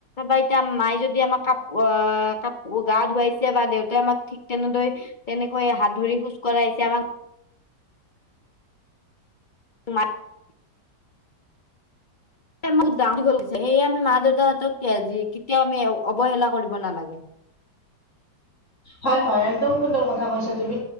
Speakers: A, on the left (about 30°); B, on the left (about 45°).
A: বাইত। এতিয়া মায়ে যদি আমাক কাপোৰ গা ধুৱাইছে বা দেউতাই আমাক ঠিক তেনেদৰে- তেনেকৈ হাত ধৰি খোজ কঢ়িছে আমাক। তোমাত- বহুত ডাঙৰ দীঘল কৰিছে সেয়ে আমি মা দেউতাহঁতকি কেতিয়াও আমি অৱহেলা কৰিব নালাগে।
B: হয়ঁ হয়ঁ! একদম সুন্দৰ কথা কৈছা তুমি।